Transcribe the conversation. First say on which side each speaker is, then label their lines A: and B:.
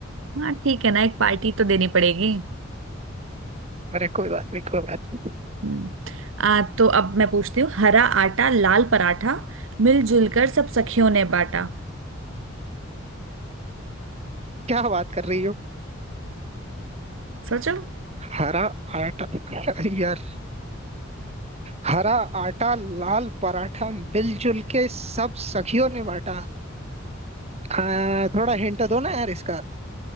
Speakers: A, on the right; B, on the right.
A: हाँ ठीक है ना एक पार्टी तो देनी पड़ेगी
B: अरे कोई बात नहीं कोई बात नहीं
A: हम्म। आ तो अब मैं पूछती हूँ हरा आटा लाल पराठा मिलजुल कर सब सखियों ने बांटा
B: क्या बात कर रही हो
A: सोचो
B: हरा आटा यार हरा आटा लाल पराठा मिलजुल के सब सखियों ने बांटा हाँ, थोड़ा हिंट दो ना यार इसका